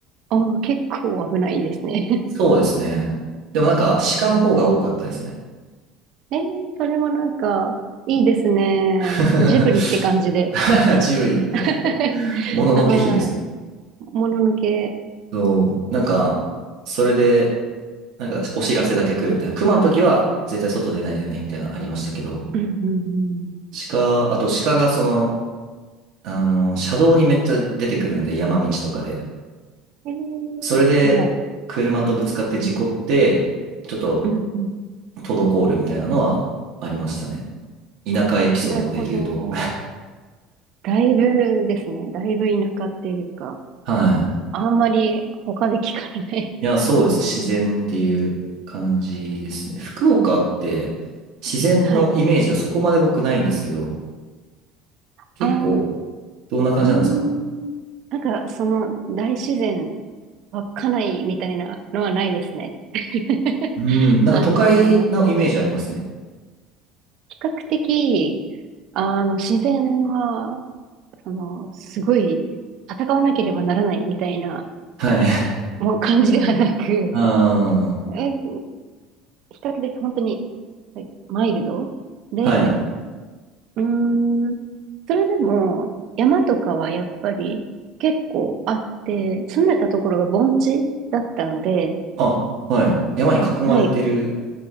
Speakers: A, on the right; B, on the right.
A: あー、結構危ないですね。
B: そうですね。でもなんか、鹿の方が多かったですね。
A: <laughs> うんえー、それはなんか、いいですね。
B: <laughs>
A: ジブリって感じで。
B: ジブリ。
A: <laughs>
B: もののけ姫ですか。
A: はい。もののけ。
B: そう、なんか、それで、なんか、お知らせだけ来るみたいな。熊の時は、絶対外出ないでね、みたいなのありましたけど、
A: うんうん
B: 鹿、あと鹿がその、あの、車道にめっちゃ出てくるんで、山道とかで。
A: うん。
B: それで車とぶつかって事故って、
A: えー、はい。
B: ちょっと
A: うんうん。
B: 滞るみたいなのはありましたね。田舎エピソードで言うと。
A: なるほど。だいぶですね。だいぶ田舎っていうか。
B: はい。
A: あんまり他で聞かれない。
B: いや、そうですね。自然っていう感じですね。
A: うんうん
B: 福岡って自然のイメージはそこまで僕ないんですけど、
A: はい。
B: 結構
A: ああ、
B: どんな感じなんですか
A: うーん。なんか、その大自然、稚内みたいなのはないですね。<laughs>
B: うん、なんか都会のイメージありますね。
A: あの、比較的、あの、自然は、その、すごい、戦わなければならないみたいな、
B: はい。<laughs>
A: もう感じではなく、
B: あ
A: え、比較的本当に、マイルドで、
B: あはい。
A: うーん。それでも、山とかはやっぱり結構あって、住んでたところが盆地だったので、
B: あ、はい。山に囲まれてる
A: はい。